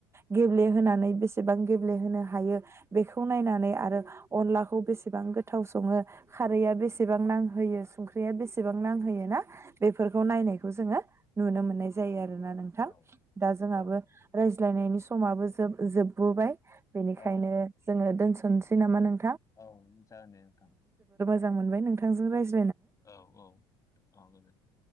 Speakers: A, on the right; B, on the left.
A: गेब्लेहोनानै बेसेबां गेब्लेहोनो हायो बेखौ नायनानै आरो अनलाखौ बेसेबां गोथाव सङो खारैया बेसेबां नांहोयो संख्रिया बेसेबां नांहोयो ना बेफोर खौ नायनायखौ
B: उम
A: जोङो नुनो मोनो नाय जायो आ आरोना नोंथां
B: औ
A: दा जोंहाबो
B: औ
A: रायज लायनायनि समाबो जोब जोबबोबाय बेनिखायनो
B: औ
A: ओ दोनसनोसै नामा नों
B: औ जागोन दे नोंथां
A: मोजां मोनबाय नोंथांजों राय
B: औ औ औ गोजोनथों